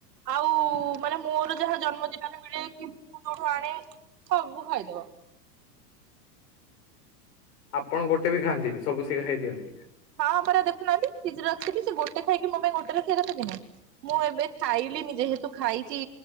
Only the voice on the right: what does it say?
ଆଉ ମାନେ ମୋର ଯାହା ଜନ୍ମଦିନରେ ମିଳେ କି ମୁଁ ଯୋଉଠୁ ଆଣେ ସବୁ ଖାଇଦବ।
ହଁ ହଁ ପରା ଦେଖୁନାହାନ୍ତି ନିଜେ ରଖିବି ସେ ଗୋଟେ ଖାଇକି ମୋ ପାଇଁ ଗୋଟେ ରଖିବା କଥା କିିନି? ମୁଁ ଏବେ ଖାଇଲିନି ଯେହେତୁ ଖାଇଛି।